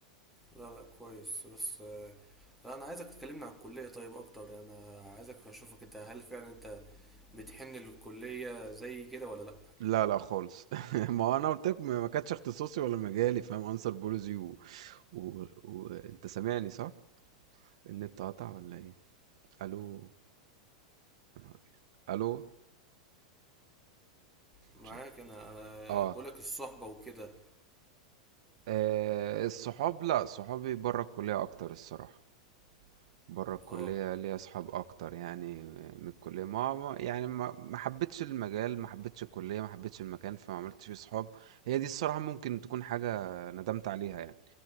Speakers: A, in the centre; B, on the right (about 65°).
A: لا لا كويس بس آه، انا عايزك تكلمني على الكليه طيب اكتر يعني انا عايزك اشوفك انت هل فعلا انت بتحن للكليه زي كده ولا لا
B: لا لا خالص <laughs> ما هو انا قلت لك ما ما كانتش اختصاصي ولا مجالي فاهم انسر بولوجي و... و... وانت سامعني صح؟ النت قطع ولا ايه؟ الو يا نهار أسود. الو
A: معاك
B: شت.
A: انا آه،
B: اه
A: بقولك الصحبه وكده
B: آه، الصحاب لا صحابي بره الكلية اكتر الصراحة بره الكلية
A: اه
B: ليا اصحاب اكتر يعني من الكلية ما ما- يعني ما ما حبيتش المجال ما حبيتش الكلية ما حبيتش المكان فما عملتش فيه صحاب هي دي الصراحة ممكن تكون حاجة ندمت عليها يعني